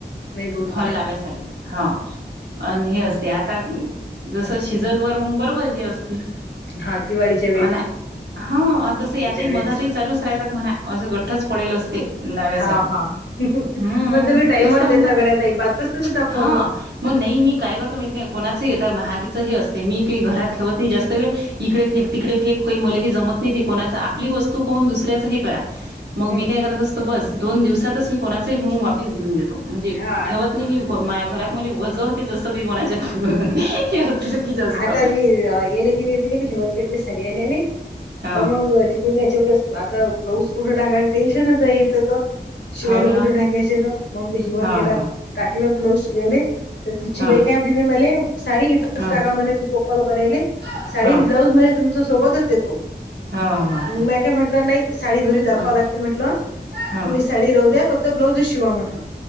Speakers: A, on the left; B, on the right.
A: नाही बरोबर
B: फॉल
A: आहे
B: लावायसाठी हा आणि हे असते आता जस सिजन वर मग बरोबर हे असते
A: हा दिवाळीचे
B: अ ह आणि तसं यातही
A: वेळेस
B: मधातही चालूच राहतात म्हणा असं गठ्ठच पडेल असते लाव्यासाठी
A: हा हा
B: हम्म
A: पण तुम्ही टाइमवर
B: तेच तर म्हणत
A: देता गड्या ताई बातच तर देता
B: हा
A: फॉल लावून.
B: मग नाही मी काय करतो माहितीे काय कोणाच महागीच हे असते मी काही घरात ठेवत नाही जास्त वेळ इकडे
A: हम्म
B: फेक तिकडे फेक काही मल की जमत नाही ते कोणाच आपली वस्तू पाहून दुसऱ्याचं हे करा मग
A: हम्म
B: मी काय करत असतो बस दोन दिवसातच मी कोणाचे मंग वापीस देऊन देतो म्हणजे
A: हा
B: ठेवत मी माझ्या घरात मुली वजं होती जसं की कोणाच्या हे
A: <unintelligible>
B: असलं की जास्त
A: <unintelligible> <unintelligible>
B: हा
A: <unintelligible> शिवायला
B: हो ना
A: कुठे टाकायचे तर मग ते हिवर
B: हा
A: केेडत
B: हा
A: टाकलं ब्लाऊज शिवावले तर तिची
B: हा
A: बाई काय म्हणे मले साडी इथच
B: हा
A: टाकामध्ये त कोपल करायले
B: हा
A: साडी ब्लाऊज मध्ये तुमच्या सोबतच देतो.
B: हो हो
A: म्या काय म्हटलं नाही साडी घरी दाखवा
B: ह
A: लागते म्हंटलं
B: हो
A: साडी राहू द्या फक्त ब्लाउज शिवा म्हटलं